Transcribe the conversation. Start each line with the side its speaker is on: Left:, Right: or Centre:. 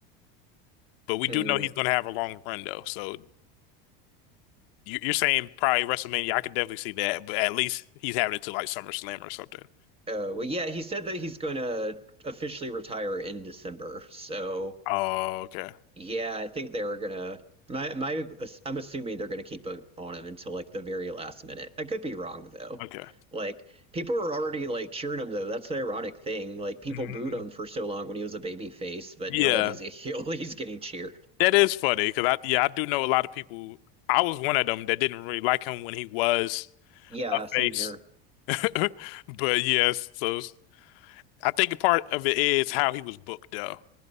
Left: but we
Right: Hmm.
Left: do know he's gonna have a long run though. So you, you're saying probably WrestleMania. I could definitely see that, but at least he's having it to like SummerSlam or something.
Right: Oh, well, yeah, he said that he's going to officially retire in December, so
Left: Oh, okay.
Right: Yeah, I think they were gonna. My my, I'm assuming they're gonna keep it on him until like the very last minute. I could be wrong though.
Left: Okay.
Right: Like people were already like cheering him though. That's the ironic thing. Like people
Left: <laughs>
Right: booed him for so long when he was a baby face, but
Left: Yeah,
Right: now that he's a heel, <laughs> he's getting cheered.
Left: that is funny because I yeah I do know a lot of people. I was one of them that didn't really like him when he was
Right: Yeah,
Left: a
Right: same
Left: face.
Right: here.
Left: <laughs> But yes, so s- I think a part of it is how he was booked though.